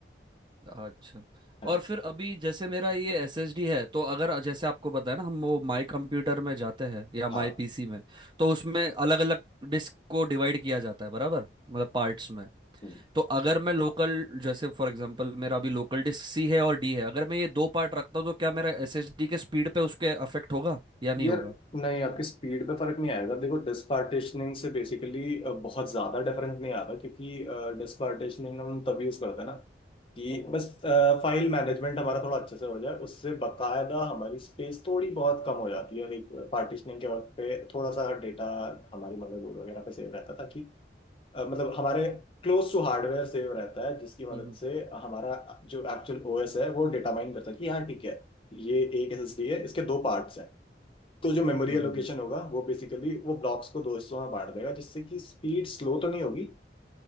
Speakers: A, on the right (about 25°); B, on the left (about 30°).
A: अच्छा
B: हाँ
A: और फिर अभी जैसे मेरा ये एस एस डी है तो अगर जैसे आपको पता है ना हम वो माई कंप्यूटर में जाते हैं या माई
B: हाँ
A: पीसी में तो उसमें अलग अलग डिस्क को डिवाइड किया जाता है बराबर मतलब पार्ट्स में
B: हाँ।
A: तो अगर मैं लोकल जैसे फॉर एग्जांपल मेरा अभी लोकल डिस्क सी है और डी है अगर मैं ये दो पार्ट रखता हूँ तो क्या मेरा एस एस डी के स्पीड पे उसके अफेक्ट होगा या नहीं
B: यार
A: होगा
B: नहीं आपकी स्पीड पे फर्क नहीं आएगा देखो डिस्क पार्टिशनिंग से बेसिकली बहुत ज्यादा डिफरेंस नहीं आता क्योंकि डिस्क पार्टिशनिंग हम तब यूज करते हैं ना कि बस फाइल मैनेजमेंट हमारा थोड़ा अच्छे से हो जाए उससे बकायदा हमारी स्पेस थोड़ी बहुत कम हो जाती है लाइक पार्टिशनिंग के वक्त पे थोड़ा सा डेटा हमारी मदरबोर्ड वगैरह पे सेव रहता था कि अ, मतलब हमारे क्लोज टू हार्डवेयर सेव रहता है जिसकी मदद
A: हम्म
B: से हमारा जो एक्चुअल ओएस है वो डेटा माइन करता है कि हाँ ठीक है ये एक एसएसडी है इसके दो पार्ट्स हैं तो जो मेमोरी
A: हम्म
B: एलोकेशन
A: हम्म
B: होगा वो बेसिकली वो ब्लॉक्स को दो हिस्सों में बांट देगा जिससे कि स्पीड स्लो तो नहीं होगी